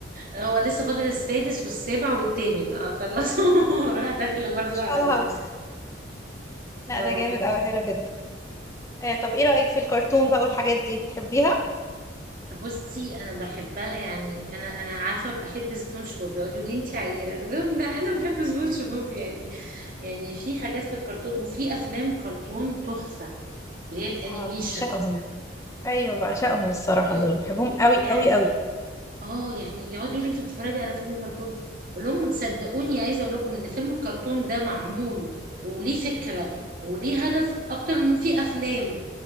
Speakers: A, on the right; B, on the left.
A: هو لسه فاضل السادس والسابع والثامن اخلصه <laughs> وراح داخله برضه
B: شال
A: على ده
B: هاوس لا
A: اه
B: ده جامد قوي حلو جدا آه طب ايه رأيك في الكرتون بقى والحاجات دي تحبيها
A: بصي انا بحبها يعني انا انا عارفه بحب سبونج بوب يقولوا لي انت عيله أقول لهم لا انا بحب سبونج بوب يعني يعني في حاجات في الكرتون وفي افلام كرتون تحفه اللي هي الانيميشن
B: اه بعشقهم ايوه بعشقهم الصراحه
A: يبقوا
B: دول بحبهم قوي
A: يعني
B: قوي قوي
A: اه يعني يقعدوا يقولوا انت بتتفرجي على فيلم كرتون اقول لهم صدقوني عايزه اقول لكم ان فيلم الكرتون ده معمول وليه فكره وليه هدف اكتر من في افلام